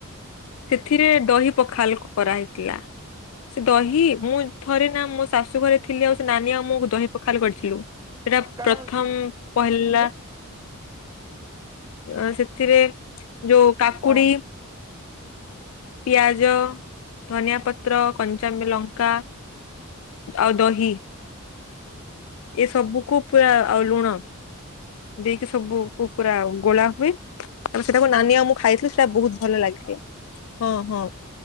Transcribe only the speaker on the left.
ତିରେ ଦହି ପଖାଲ କରାହେଇଥିଲା। ସେ ଦହି ମୁଁ ଥରେ ନାଁ ମୋ ଶାଶୁ ଘରେ ଥିଲି ଆଉ ସେ ନାନୀ ଆଉ ମୁଁ ଦହି ପଖାଲ କରିଥିଲୁ ସେଟା
ପ୍ରଥମ
ପହେଲା
ଅଁ ସେଥିରେ ଯୋଉ କାକୁଡ଼ି
ପିଆଜ ଧନିଆ ପତ୍ର କଞ୍ଚାମୀ ଲଙ୍କା ଆଉ ଦହି ଏସବୁକୁ ପୁରୁରା ଆଉ ଲୁଣ। ଦେଇକି ସବୁ ପୁରା ଗୋଳା ହୁଏ ତା ସେଟା ନାନୀ ଆଉ ମୁକୁ ଖାଇଥିଲି ସେଇଟା ବହୁତ ଭଲ ଲାଗିଥିଲା। ହଁ ହଁ